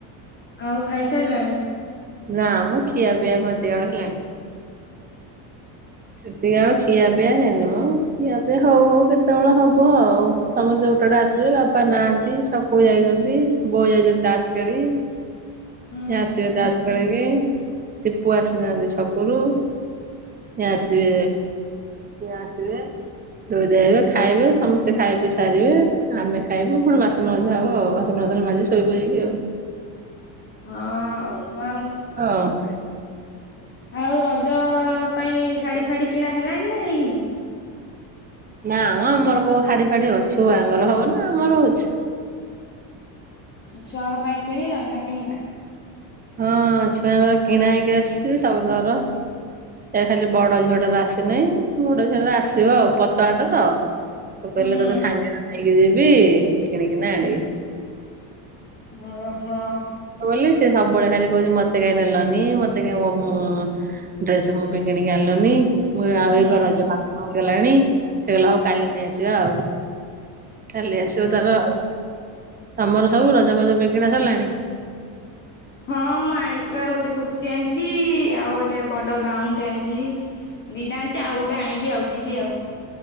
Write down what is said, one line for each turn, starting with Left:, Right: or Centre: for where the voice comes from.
Left: ଆଉ ଖାଇସାରିଲଣି।
Right: ନା ମ ଖିଆ ପିଆ କଣ ଏତି ବେଳୁ ହେଲାଣି। ଏତିକି ବେଳେ ଖିଆ ପିଆ ହେଇନିମ ଖିଆ ପିଆ ହଉ ହଉ କେତେବେଳେ ହବ ଆଉ। ସମସ୍ତେ ଗୋଟେଗୋଟେ ଆସିବେ ବାପା ନାହାନ୍ତି ଛକକୁ ଯାଇଛନ୍ତି ବୋଉ ଯାଇଛନ୍ତି ତାସ ଖେଳି। ସେ
Left: ଉୁଁ
Right: ଆସିବେ
Left: ହୁଁ
Right: ତାସ ଖେଳିକି ସିପୁ ଆସିନାହାନ୍ତି ଛକୁରୁ ସେ ଆସିବେ ସେ ଆସିବେ। ଧୋଇଧାଇ ହେବେ ଖାଇବେ ସମସ୍ତେ ଖାଇପିଇ ସାରିବେ ଆମେ ଖାଇବୁ ପୁଣି ବାସ ବାସନ ମଜା ହବ ଆଉ ବାସନ ଫାସନ ମାଜିକି ଶୋଇବୁ ଯାଇକି
Left: ହଁ ଆଉ ଆଉ
Right: ଆଉ <inaudible>
Left: ଆଉ ରଜ ପାଇଁ ଶାଢ଼ୀ ଫାଢ଼ୀ କିଣା ହେଲାଣି ନା ହେଇନି?
Right: ନାମ ଆମର କୋଉ ଶାଢ଼ୀ ଫାଡି ହବ ଛୁଆଙ୍କର ହବ ନା ଆମର ହଉଛି।
Left: ଛୁଆଙ୍କ ପାଇଁ କିଣିଲଣି ନା କିଣିନା?
Right: ହଁ ଛୁଆଙ୍କର କିଣା ହେଇକି ଆସିଛି ସମସ୍ତଙ୍କର। ଏ ଖାଲି ବଡ ଝିଅଟାର ଆସିନାହିଁ ବଡ ଝିଅଟାର ଆସିବ ଆଉ ପତଳାଟା ତ ତ କହିଲେ
Left: ହୁଁ
Right: ତୋତେ ସାଙ୍ଗରେ ନେଇକି ଯିବି କିଣିକିନା ଆଣିବି?
Left: ହଁ ହଁ।
Right: ବୋଲି ସେ ସବୁବେଳେ ଖାଲି କହୁଛି ମତେ କାଇଁ ନେଲନି ମତେ କାଇଁ ମୋ ଡ୍ରେସ ମୋ ପାଇଁ କିଣିକି ଆଣିଲନି। ମୁଁ ଆଉ
Left: ହୁଁ
Right: ରଜ ପାଖ ହେଇଗଲାଣି ସେ କହିଲା କାଲି ନେଇ ଆସିବା ଆଉ କାଲି ଆସିବ
Left: ଓହୋ
Right: ତାର ତମର ସବୁ ରଜ ଫଜ ପାଇଁ କିଣା ସରିଲାଣି।
Left: ହଁ ମୁଁ ଆଣିଛିିବା ଗୋଟେ କୁର୍ତ୍ତି ଆଣିଛି ଆଉ ଗୋଟେ ବଡ ଗାଉନଟେ ଆଣିଛି। ଦିଇଟା ଆଣିଛି ଆଉ ଗୋଟେ ଆଣିବି ଆଉ ଯିବି ଆଉ।